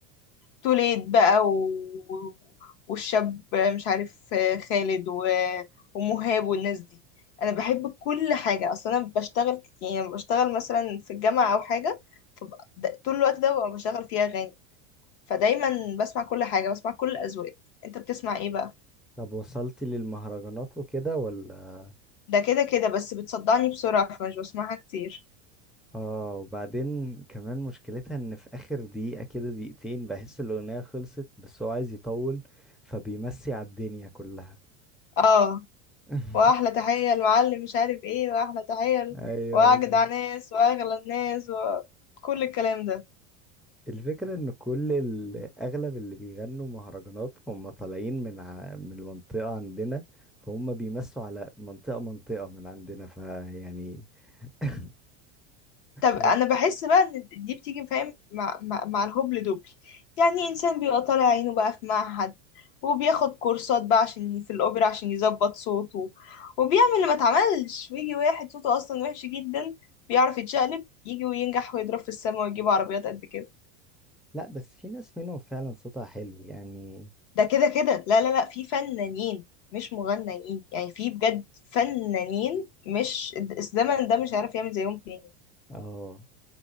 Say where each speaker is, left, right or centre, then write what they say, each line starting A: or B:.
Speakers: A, on the left (about 65°); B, in the centre.
A: توليد بقى و... والشاب مش عارف خالد و... ومهاب والناس دي انا بحب كل حاجه اصلا انا بشتغل كت- يعني بشتغل مثلا في الجامعه او حاجه فبقى- د- طول الوقت ده ببقى بشغل فيها اغاني فدايما بسمع كل حاجه بسمع كل الاذواق انت بتسمع ايه بقى
B: طب وصلتي للمهرجانات وكده ولا
A: ده كده كده بس بتصدعني بسرعه فمش بسمعها كتير
B: اه وبعدين كمان مشكلتها ان في اخر دقيقة كده دقيقتين بحس الاغنية خلصت بس هو عايز يطول فبيمسي على الدنيا كلها
A: اه
B: <laughs>
A: واحلى تحيه المعلم مش عارف ايه واحلى تحيه ل-
B: ايوه
A: واجدع
B: بالظبط
A: ناس واغلى الناس وكل الكلام ده
B: الفكرة ان كل ال- اغلب اللي بيغنوا مهرجانات هم طالعين من ع... من المنطقة عندنا فهم بيمسوا على منطقة منطقة من عندنا فيعني <laughs>
A: طب
B: و...
A: انا بحس بقى ان دي بتيجي فاهم مع, مع, مع الهبل دبل يعني انسان بيبقى طالع عينه بقى في معهد وبياخد كورسات بقى عشان ي- في الاوبرا عشان يظبط صوته وبيعمل اللي ما اتعملش ويجي واحد صوته اصلا وحش جدا بيعرف يتشقلب يجي وينجح ويضرب في السما ويجيب عربيات قد كده
B: لا بس في ناس منهم فعلا صوتها حلو يعني
A: ده كده كده لا لا لا في فنانين مش مغنيين يعني في بجد فنانين مش الزمن ده مش عارف يعمل زيهم تاني
B: اه